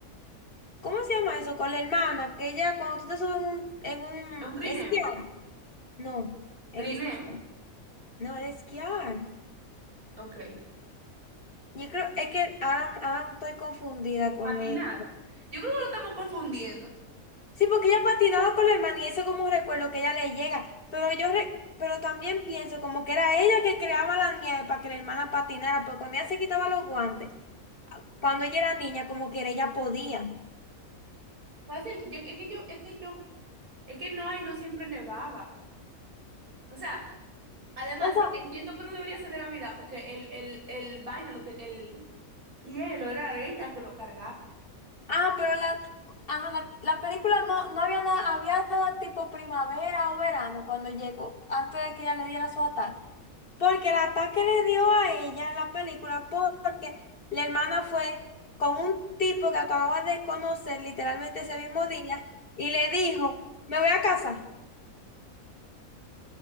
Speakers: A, on the left (about 40°); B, on the right (about 85°).
A: ¿cómo se llama eso? Con la hermana, que ella cuando tú te subes en un, en un
B: Es un trineo.
A: esquiar. No, era
B: Trineo,
A: esquiar. No, era esquiar.
B: ok.
A: Yo creo, es que ahora, ahora estoy confundida con
B: Patinar.
A: lo de...
B: Yo creo que lo estamos confundiendo.
A: Sí, porque ella patinaba con la hermana y eso como un recuerdo que ella le llega. Pero yo re- pero también pienso como que era ella que creaba la nieve para que la hermana patinara, pero cuando ella se quitaba los guantes, cuando ella era niña, como que ella podía.
B: Fácil, yo- es que yo, es que yo, es que no hay, no siempre nevaba. O sea, además,
A: O sea,
B: entiendo que no debería ser de Navidad porque el, el, el vaina, lo te- el hielo era ella que lo cargaba.
A: Ah, pero la, ajá, la, la película no, no había nada, había nada tipo primavera o verano cuando llegó, antes de que ella le diera su ataque. Porque el ataque le dio a ella en la película porque la hermana fue con un tipo que acababa de conocer literalmente ese mismo día y le dijo, me voy a casa,